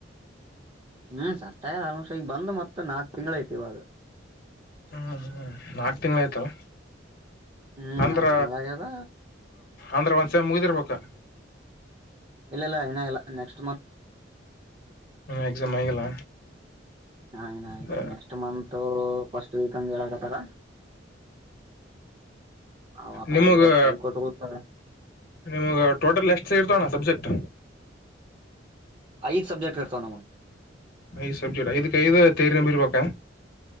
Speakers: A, on the right; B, on the left.
A: ಹ್ಮ್ ಸಟ್ಟಾಯ ಆಲ್ಮೋಸ್ಟ್ ಈಗ ಬಂದ ಮತ್ತತ್ ನಾಕ್ ತಿಂಗ್ಳ ಐತಿವಾಗ
B: ಹ್ಮ್ ಹ್ಮ್ ನಾಲ್ಕು ತಿಂಗ್ಳ ಆಯ್ತಲ.
A: ಹ್ಮ್
B: ಅಂದ್ರ
A: ನಾಕ್ ತಿಂಗಳ ಆಗ್ಯದ
B: ಅಂದ್ರ ಒಂದ್ಸೇಮ್ ಮುಗಿದಿರ್ಬೇಕ್ <inaudible>
A: ಇಲ್ಲ ಇಲ್ಲ ಇನ ಇಲ್ಲ ನೆಸ್ಟ್
B: ಎಕ್ಜಾಮ್ ಆಗಿಲ್ಲ
A: ಹನ
B: ಹ
A: ನೆಕ್ಸ್ಟ್ ಮಂತ್ ಫಸ್ಟ್ ವೀಕ್ಂಗ ಹೇಳಕತ್ತಾರ. ಅವಾಗ
B: ನಿಮಗೆ
A: ಇವಾಗ ಸೈಕೋಟ್ ಹೋಗ್ತಾರ
B: ನಿಮಗೆ ಟೋಟಲ್ ಎಸ್ಟ್ ಸಿ ಇರ್ತ ಅಣ್ಣ ಸಬ್ಜೆಕ್ಟ್.
A: ಐದ್ ಸಬ್ಜೆಕ್ಟ್ ಹತ ನಮ್ಮಗ
B: ಐದು ಸಬ್ಜೆಕ್ ಇದಕ್ಕೆೈದು ತೇರಿ ನಂಬಿ ಇರ್ಬೇಕ